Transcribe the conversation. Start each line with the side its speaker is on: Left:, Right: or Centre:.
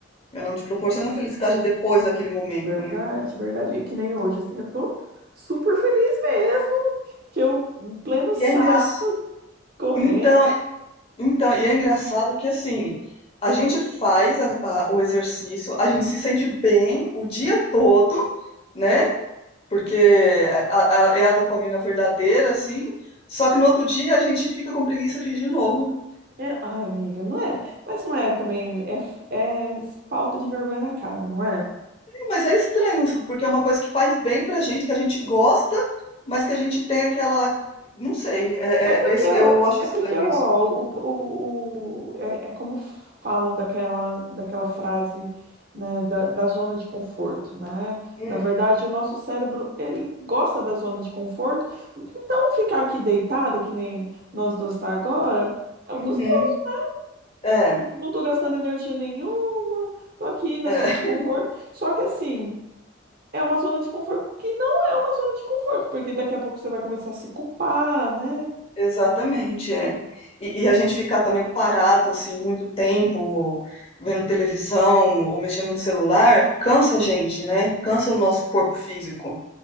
Left: Ela não te proporciona felicidade depois daquele momento,
Right: Verdade,
Left: né?
Right: verdade. E que nem hoje, assim, eu tô super feliz mesmo, que eu, em pleno sábado,
Left: E é engraçado.
Right: correndo.
Left: Então, então, e é engraçado que assim, a gente faz a- a- o exercício, a gente se sente bem o dia todo né? porque é a, a- é a dopamina verdadeira, assim. Só que no outro dia a gente fica com preguiça de ir de novo.
Right: É, ai, amiga, não é, mas não é também, é, f- é falta de vergonha na cara, não é?
Left: Sim, mas é estranho, porque é uma coisa que faz bem pra gente, que a gente gosta, mas que a gente tem aquela. Não sei, é-
Right: É porque,
Left: é- é es- eu
Right: o-
Left: acho
Right: é
Left: estranho
Right: porque ó,
Left: isso.
Right: o, o, o- é, é como falam daquela, daquela frase, né, da, da zona de conforto, né?
Left: Hum,
Right: Na verdade, o nosso cérebro, ele gosta da zona de conforto, então ficar aqui deitada, que nem nós duas tá agora, é
Left: uhum,
Right: um gostoso, né?
Left: é,
Right: Não tô gastando energia nenhuma, tô aqui na
Left: é,
Right: zona
Left: <laughs>
Right: de conforto. Só que assim, é uma zona de conforto que não é uma zona de conforto, porque daqui a pouco você vai começar a se culpar, né?
Left: exatamente, é. E, e a gente ficar também parado, assim, muito tempo, vendo televisão ou mexendo no celular, cansa a gente, né? Cansa o nosso corpo físico.